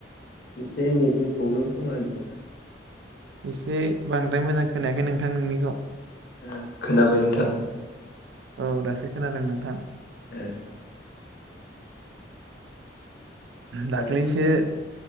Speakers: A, on the left (about 60°); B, on the right (about 80°).
A: एसे नेटनि प्रब्लेम खोमा नोंथांना
B: एसे बांद्राय मोजां खोनायाखै नोंथां नोंनिखौ
A: ओ खोनाबाय नोंथां
B: औ दासो खोनादों नोंथां
A: ए
B: दाख्लैसो
A: गासैबो